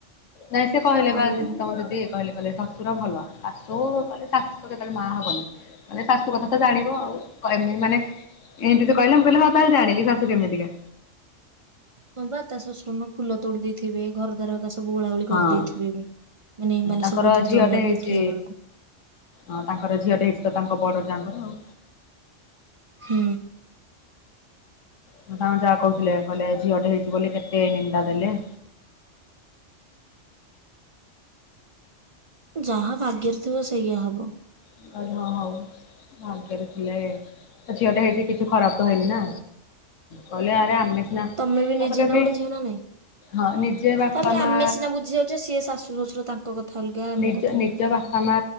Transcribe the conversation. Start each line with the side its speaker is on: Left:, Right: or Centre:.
Left: ନାଇଁ ସେ କହିଲା
Right: ଆଉ
Left: ବା ତମ ଦିଦି କହିଲେ। କହିଲେ ଶଶୁର ଭଲ ଶାଶୁ କେ ଶାଶୁ ତ କେତେବେଳେ ମା ହବନି ମାନେ ଶାଶୁ କଥା ତ ଜାଣିବ ଆଉ। କହିମି ମାନେ ଏମିତି ସେ କହିଲେ ମୁଁ କହିଲି ହଁ ତାହେଲେ ଜାଣିଲି ଶାଶୁ କେମିତିକା।
Right: ହଁ ବା ତା ଶଶୁର ମୋ ଫୁଲ ତୋଡି ଦେଇେଇଥିବେ ଘର ଦ୍ୱାର ବାସ ସବୁ ଓଳା ଓଳି କରିଦେଇଥିବେ
Left: ହଁ।
Right: ବି ମାନେ ଏମାନେ
Left: ତାଙ୍କର
Right: ସବୁ ଦି
Left: ଝିଅଟେ
Right: ଜଣ ଯାକ
Left: ହେଇଛି
Right: ଉଠିଲା ବେଳକୁ।
Left: ହଁ ତାଙ୍କର ଝିଅଟେ ହେଇଛି ତ ତାଙ୍କ ବଡ ଯାଙ୍କର ଆଉ।
Right: ହୁଁ।
Left: ତାଙ୍କ ଯା କହୁଥିଲେ କହିଲେ ଝିଅଟେ ହେଇଛି ବୋଲି କେତେ ନିନ୍ଦା ଦେଲେ।
Right: ଯାହା ଭାଗ୍ୟରେ ଥିବ ସେଇଆ ହବ।
Left: ମୁଁ କହିଲି ହଁ ହଉ। ଭାଗ୍ୟରେ ଥିଲେ ଝିଅ ଟା ହେଇଛି କିଛି ଖରାପ ତ ହେଇନି ନା। କହିଲେ ଆରେ ଆମେ ସିନା
Right: ତମେ
Left: ତାପରେ
Right: ନିଜେ ନା
Left: ବି
Right: ଗୋଟେ ଝିଅ ନା ନାଇଁ।
Left: ହଁ ନିଜେ ବାପା
Right: ତାପରେ
Left: ମା
Right: ଆମେ ସିନା ବୁଝି ଯାଉଛେ ସିଏ ଶାଶୁ ଶ୍ୱଶୁର ତାଙ୍କ କଥା ଅଲଗା ଆମ
Left: ନିଜ
Right: କଥା ବହୁତ
Left: ନିଜ
Right: ଅଲଗା।
Left: ବାପା ମା